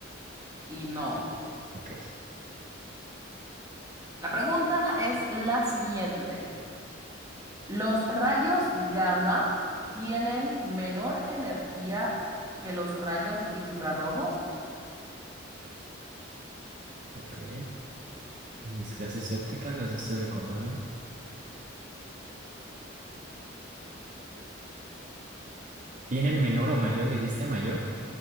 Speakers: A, on the right (about 20°); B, on the right (about 40°).
A: y no.
B: Ok,
A: La pregunta es la siguiente. ¿Los rayos gamma tienen menor energía que los rayos infrarrojos?
B: ok. Mis clases de óptica las estoy recordando. ¿Tienen menor o mayor, dijiste mayor?